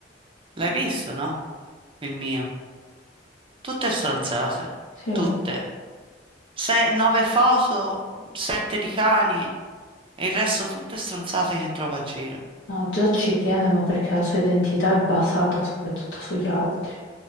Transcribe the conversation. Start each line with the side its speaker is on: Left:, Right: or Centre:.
Right: L'hai visto, no? Il mio. Tutte stronzate.
Left: Sì, no,
Right: Tutte. Se- nove foto, sette di cani e il resto tutte stronzate che trovo a giro.
Left: già ci tiene, ma perché la sua identità è basata soprattutto sugli altri.